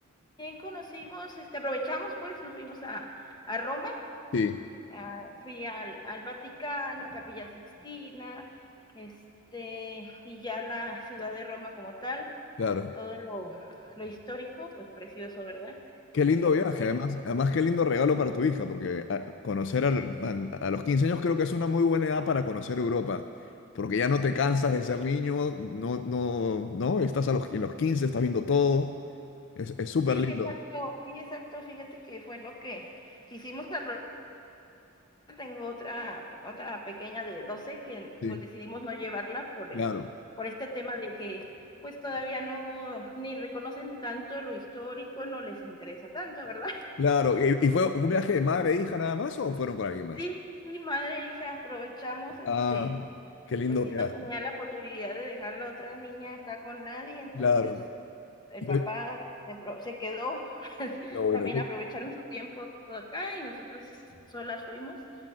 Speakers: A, on the left; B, on the left.
A: conocimos, este aprovechamos pues nos fuimos a, a Roma
B: Sí,
A: Ah, fui al, al Vaticano, Capilla Sixtina, este, y ya la ciudad de Roma como tal,
B: claro.
A: todo lo, lo histórico, pues precioso, ¿verdad?
B: Qué lindo
A: Ya
B: viaje,
A: sé.
B: además, además qué lindo regalo para tu hija, porque a- conocer al- tan- a, los 15 años creo que es una muy buena edad para conocer Europa, porque ya no te cansas de ser niño, no, no, no, estás a los, en los 15, estás viendo todo, es, es súper
A: Sí,
B: lindo,
A: exacto, sí, exacto. Fíjate que fue lo que quisimos aprovechar. Tengo otra, otra pequeña de 12 que
B: sí,
A: pues decidimos no llevarla por
B: claro,
A: el, por este tema de que pues todavía no, ni reconocen tanto lo histórico, no les interesa tanto, ¿verdad?
B: claro. ¿Y, y fue un viaje de madre e hija nada más o fueron con alguien más?
A: Sí, sí, madre e hija, aprovechamos, este,
B: Ah, qué lindo
A: pues sí,
B: viaje,
A: no tenía la posibilidad de dejar a la otra niña acá con nadie, entonces
B: claro.
A: el
B: Yo,
A: papá se, pro- se quedó, <laughs>
B: yo, bueno,
A: también
B: yo-
A: aprovecharon su tiempo acá y nosotros solas fuimos.